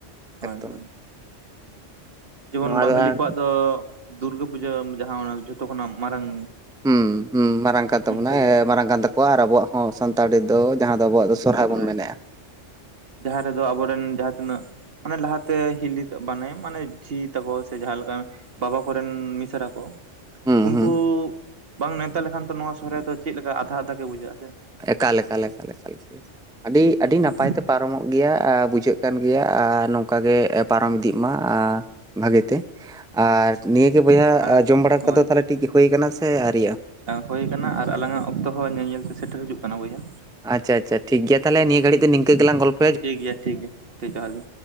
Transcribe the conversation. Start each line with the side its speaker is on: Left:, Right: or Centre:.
Right: ᱦᱳᱭ
Centre: ᱮᱠᱫᱚᱢ᱾
Right: ᱦᱳᱭ ᱡᱮᱢᱚᱱ
Centre: ᱱᱚᱣᱟ
Right: ᱵᱟᱝᱜᱟᱞᱤ
Centre: ᱫᱚ ᱟᱨ
Right: ᱠᱚᱣᱟᱜ ᱫᱚ ᱫᱩᱨᱜᱟᱹ ᱯᱩᱡᱟᱹ ᱡᱟᱦᱟᱸ ᱚᱱᱟ ᱡᱷᱚᱛᱚ ᱠᱷᱚᱱᱟᱜ ᱢᱟᱨᱟᱝ
Centre: ᱦᱩᱸ ᱦᱩᱸ ᱢᱟᱨᱟᱝ ᱠᱟᱱ ᱛᱟᱵᱚᱱᱟ
Right: ᱚᱱᱠᱟᱜᱮ
Centre: ᱢᱟᱨᱟᱝ ᱠᱟᱱ ᱛᱟᱠᱚᱣᱟ ᱟᱨ ᱟᱵᱚᱣᱟᱜ ᱦᱚᱸ ᱥᱟᱱᱛᱟᱲᱤ ᱫᱚ ᱡᱟᱦᱟᱸ ᱫᱚ ᱟᱵᱚᱣᱟᱜ ᱫᱚ ᱥᱚᱨᱦᱟᱭ
Right: ᱥᱚᱦᱨᱟᱭ
Centre: ᱵᱚᱱ ᱢᱮᱱᱮᱫᱼᱟ
Right: ᱡᱟᱦᱟᱸ ᱨᱮᱫᱚ ᱟᱵᱚᱨᱮᱱ ᱡᱟᱦᱟᱸ ᱛᱤᱱᱟᱹᱜ ᱢᱟᱱᱮ ᱞᱟᱦᱟᱛᱮ ᱦᱤᱞᱤᱛᱮ ᱵᱟᱱᱮ ᱢᱟᱱᱮ ᱡᱷᱤ ᱛᱟᱠᱚ ᱥᱮ ᱡᱟᱦᱟᱸ ᱞᱮᱠᱟ ᱵᱟᱵᱟ ᱠᱚᱨᱮᱱ ᱢᱤᱥᱨᱟ ᱠᱚ᱾
Centre: ᱦᱩᱸ
Right: ᱩᱱᱠᱩ
Centre: ᱦᱩᱸ
Right: ᱵᱟᱝ ᱱᱮᱣᱛᱟ ᱞᱮᱠᱷᱟᱱ ᱫᱚ ᱱᱚᱣᱟ ᱥᱚᱦᱚᱨᱟᱭ ᱫᱚ ᱪᱮᱫᱞᱮᱠᱟ ᱟᱫᱷᱟ ᱟᱫᱷᱟ ᱜᱮ ᱵᱩᱡᱷᱟᱹᱜ-ᱟ ᱥᱮ᱾
Centre: ᱮᱠᱟᱞ ᱮᱠᱟᱞ ᱮᱠᱟᱞ, ᱟᱹᱰᱤ
Right: ᱦᱩᱸ
Centre: ᱟᱹᱰᱤ
Right: ᱦᱩᱸ
Centre: ᱱᱟᱯᱟᱭ ᱛᱮ ᱯᱟᱨᱚᱢᱚᱜ ᱜᱮᱭᱟ ᱟᱨ ᱵᱩᱡᱷᱟᱹᱜ ᱠᱟᱱ ᱜᱮᱭᱟ ᱟᱨ ᱱᱚᱝᱠᱟᱜᱮ ᱯᱟᱨᱚᱢ ᱤᱫᱤᱜ ᱢᱟ ᱾ ᱵᱷᱟᱜᱤᱛᱮ ᱟᱨ ᱱᱤᱭᱟᱹᱜᱮ ᱵᱚᱭᱦᱟ
Right: ᱟᱨ
Centre: ᱡᱚᱢ ᱵᱟᱲᱟ ᱠᱚᱫᱚ
Right: ᱦᱳᱭ
Centre: ᱛᱟᱦᱚᱞᱮ ᱴᱷᱤᱠ ᱦᱩᱭ ᱠᱟᱱᱟ ᱥᱮ ᱟᱹᱣᱨᱤᱭᱟᱜᱼᱟ?
Right: ᱦᱩᱭ ᱟᱠᱟᱱᱟ ᱟᱨ ᱟᱞᱟᱝᱟᱜ ᱚᱠᱛᱚ ᱦᱚᱸ ᱧᱮᱞ ᱧᱮᱞ ᱛᱮ ᱥᱮᱴᱮᱨ ᱦᱤᱡᱩᱜ ᱠᱟᱱᱟ ᱵᱚᱭᱦᱟ᱾
Centre: ᱟᱪᱪᱷᱟ ᱟᱪᱷᱟ ᱴᱷᱤᱠ ᱜᱮᱭᱟ ᱛᱟᱦᱞᱮ ᱱᱤᱭᱟᱹ ᱜᱷᱟᱲᱤᱡ ᱫᱚ ᱱᱤᱝᱠᱟᱹ ᱜᱮᱞᱟᱝ ᱜᱚᱞᱯᱚ
Right: ᱴᱷᱤᱠ ᱜᱮᱭᱟ ᱴᱷᱤᱠ ᱜᱮᱭᱟ ᱴᱷᱤᱠ ᱡᱚᱦᱟᱨ ᱜᱮ᱾